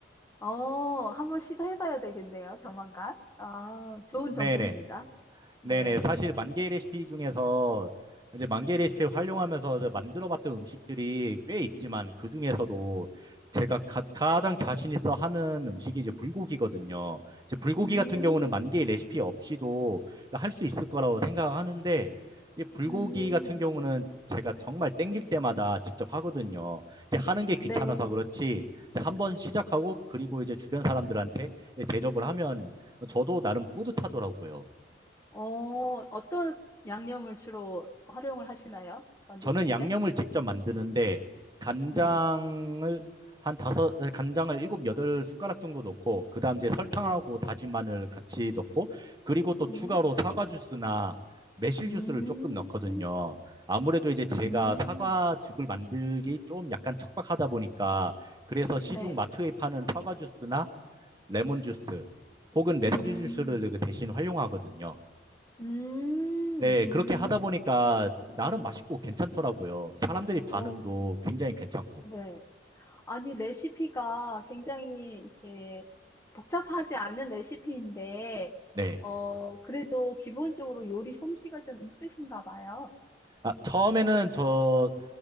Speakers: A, on the left; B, on the right.
A: 어, 한번 시도해봐야 되겠네요, 조만간. 아, 좋은
B: 네네.
A: 정보입니다. 네.
B: 네네. 사실 만 개의 레시피 중에서 이제 만 개의 레시피를 활용하면서 이제 만들어봤던 음식들이 꽤 있지만 그 중에서도 제가 가, 가장 자신 있어 하는 음식이 이제 불고기거든요. 이제 불고기
A: 음,
B: 같은 경우는 만 개의 레시피 없이도 할 수 있을 거라고 생각하는데 이 불고기
A: 음,
B: 같은 경우는 제가 정말 땡길 때마다 직접 하거든요. 이제 하는 게 귀찮아서
A: 네.
B: 그렇지 이제 한번 시작하고 그리고 이제 주변 사람들한테 대접을 하면 저도 나름 뿌듯하더라고요.
A: 어, 어떤 양념을 주로 활용을 하시나요? 만드실
B: 저는 양념을
A: 때?
B: 직접 만드는데 간장을
A: 네,
B: 한 다섯 간장을 일곱 여덟 숟가락 정도 넣고 그다음 이제 설탕하고
A: 네.
B: 다진 마늘 같이 넣고 그리고 또
A: 음,
B: 추가로 사과 주스나 매실
A: 음,
B: 주스를 조금 넣거든요. 아무래도 이제 제가
A: 음,
B: 사과즙을 만들기 좀 약간 척박하다 보니까 그래서 시중
A: 네.
B: 마트에 파는 사과 주스나 레몬 주스 혹은 매실
A: 음,
B: 주스를 그 대신 활용하거든요.
A: 음,
B: 네, 그렇게 하다
A: 음,
B: 보니까 나름 맛있고 괜찮더라고요. 사람들이 반응도
A: 어,
B: 굉장히 괜찮고.
A: 네. 아니, 레시피가 굉장히 이렇게 복잡하지 않은 레시피인데,
B: 네.
A: 어, 그래도 기본적으로 요리 솜씨가 좀 있으신가 봐요.
B: 아, 처음에는 저